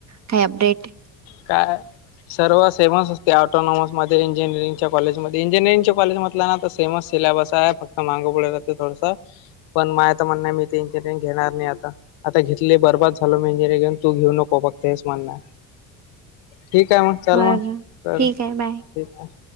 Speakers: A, on the right; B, on the left.
A: काही अपडेट?
B: काय? सर्व सेवन् असते ऑटोनॉमसमध्ये इंजिनिरंगच्या कॉलेजमध्ये इंजिनिअरिंगच्या कॉलेमधला ना. त सेमच सिलॅबस आहे फक्त मांग पुढ राहते थोडस. पण मायता म्हण मी ते इंजिनिअरिंग घेणार नाही आता आता घेतली बर्बाद. झालो इंजिनियरिंग घेऊन तू घेऊ नको फक्त हेच म्हण आहे. ठीक आहे मग चल
A: बरं
B: मग कर ठीक
A: आहे बाय.
B: आहे.